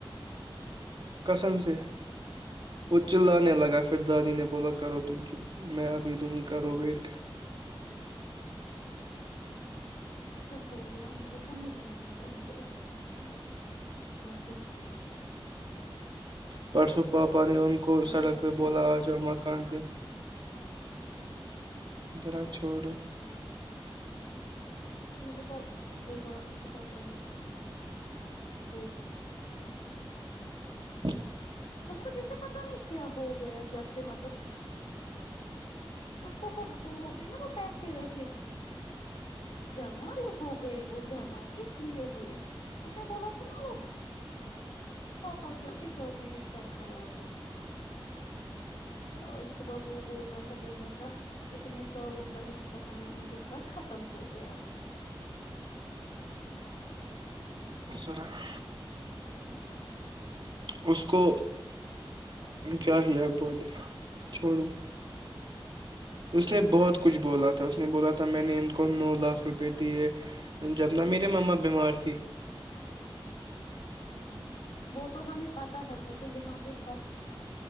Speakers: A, on the right (about 55°); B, on the left (about 80°).
A: کسم سے وہ چللے لگا پھر دادی نے بولا کرو تم چپ میں ابھی دوں گی کرو ویٹ
B: کیا ہو گیا ان کو سمجھ ہی نہیں آتا ان کو اتنا کیا
A: پرس پاپ پانی ان کو
B: میرے
A: سڑک
B: بچے
A: پہ بولا آ جاؤ مکان پہ
B: ج <unintelligible>
A: را چھوڑو
B: مجھے وہ بات مجھے پا اپانی بولی
A: ہ <inaudible>
B: اس کو جیسے پتا نہیں کیا ہو گیا جب سے مطلب اس کو ہو گئی نا وہ پیسے ویسے جمع ہو گئے وہ جمع کس لیے ہوئے اس نے بولا تھا نا وہ پاپا کے کے ساتھ بھی رشتہ خراب ہی اور صبح وہ بول رہا تھا بول رہا تھا اتنے سالوں کا رشتہ ہمیں ان کے ساتھ ختم ہو گیا
A: ذرا <unintelligible>
B: <inaudible>
A: اس کو کیا ہی آپ بولے چھوڑو اس نے بہت کچھ بولا تھا اس نے بولا تھا میں نے ان کو نو لاکھ روپئے دیے جبنا میری ماما بیمار تھی
B: وہ تو ہمیں پتا ہے وہ تو یہاں پہ سب